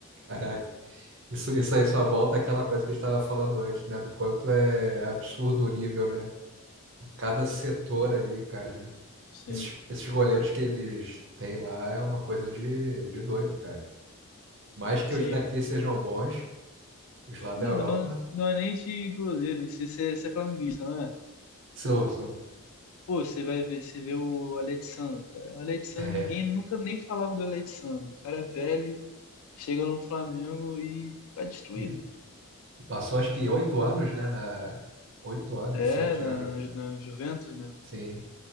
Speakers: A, on the right; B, on the left.
A: Caraca. Isso, isso aí só volta àquela coisa que a gente tava falando antes, né? Do quanto é absurdo o nível, né? Cada setor ali, cara.
B: Sim,
A: Esses, esses goleiros que eles têm lá é uma coisa de, de doido, cara. Mais que
B: sim.
A: os daqui sejam bons, Os lá
B: Não,
A: da Europa
B: não, não é nem de goleiro, você, você, você é flamenguista, não é?
A: são, são
B: Pô, você vai ver, você vê o Alexandre, cara. O Alexandre,
A: é,
B: ninguém nunca nem falava do Alexandre. O cara é velho, chega no Flamengo e tá destruindo.
A: e passou acho que oito anos, né, na oito anos,
B: É,
A: sete
B: na,
A: anos, né?
B: na, na Juventus, né?
A: Sim.